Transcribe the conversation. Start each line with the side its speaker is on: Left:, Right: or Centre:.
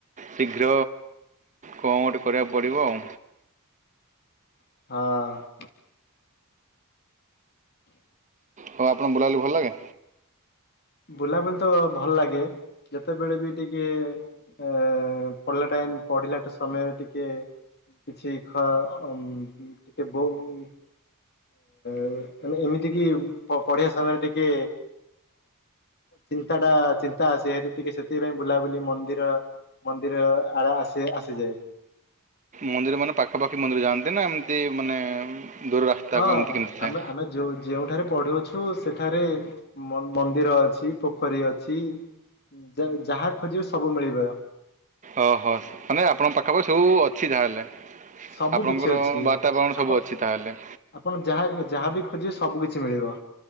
Right: ଶୀଘ୍ର କଣ ଗୋଟେ କରିବାକୁ ପଡ଼ିବ ଆଉ?
Left: ହଁ।
Right: ହଉ ଆପଣଙ୍କୁ ବୁଲା ବୁଲି ଭଲ ଲାଗେ?
Left: ବୁଲାବୁଲି ତ ଭଲ ଲାଗେ ଯେତେବେଳେ ବି ଟିକେ ଏ ପଢିଲା ଟାଇମ୍ ପଢିଲାଟା ସମୟରେ ଟିକେ କିଛି ଖ ଉ ଟିକେ <unintelligible> <inaudible> ଏମିତିକି ପଢ଼ିବା ସମୟରେ ଟିକେ। ଚିନ୍ତାଟା ଚିନ୍ତା ସେରି ଟିକେ ସେଥିପାଇଁ ବୁଲାବୁଲି ମନ୍ଦିର ମନ୍ଦିର ଆଡେ ଆସି ଆସିଯାଏ।
Right: ମନ୍ଦିର ମାନେ ପାଖାପାଖି ମନ୍ଦିର ଯାଆନ୍ତି ନା ଏମିତି ମାନେ ଦୂର ରାସ୍ତାକୁ
Left: ହଁ
Right: ଏମିତି କେମିତି ଥାଏ
Left: ଆମେ ଆମେ ଯୋଉ ଯେଉଠାରେ ପଢୁ ଅଛୁ ସେଠାରେ ମନ୍ଦିର ଅଛି, ପୋଖରୀ ଅଛି। ଦେନ ଯାହା ଖୋଜିବୁ ସବୁ ମିଳିବ।
Right: ଓହୋ। ମାନେ ଆପଣଙ୍କ ପାଖାପାଖି ସବୁ ଅଛି ଯାହାହେଲେ।
Left: ସବୁ
Right: ଆପଣଙ୍କର
Left: କିଛି ଅଛି
Right: ବାର୍ତ୍ତାବରଣ
Left: ଆପଣ
Right: ସବୁ ଅଛି ତାହେଲେ?
Left: ଆପଣ ଯାହା ଯାହାବି ଖୋଜିବେ ସବୁ କିଛି ମିଳିବ।